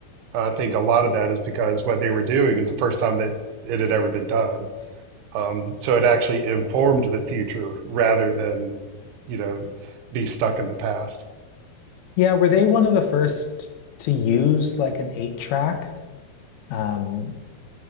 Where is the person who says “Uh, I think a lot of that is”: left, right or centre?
Right